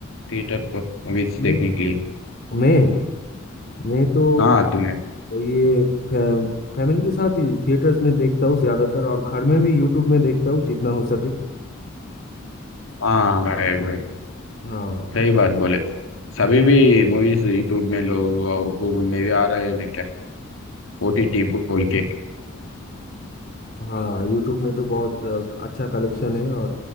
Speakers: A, on the left; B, on the left.
A: थिएटर को मूवीज
B: मैं
A: देखने के लिए
B: मैं मैं तो
A: हाँ तुम्हें
B: ये फै, फैमिली के साथ ही थिएटर्स में देखता हूँ ज्यादातर और घर में भी यूट्यूब में देखता हूँ जितना हो सके
A: हाँ भाई भाई
B: हाँ
A: सही बात बोले सभी भी मूवीज यूट्यूब में लोग और गूगल में भी आ रहे हैं क्या ओटीटी बोल के
B: हाँ यूट्यूब में तो बहुत अ, अच्छा कलेक्शन है और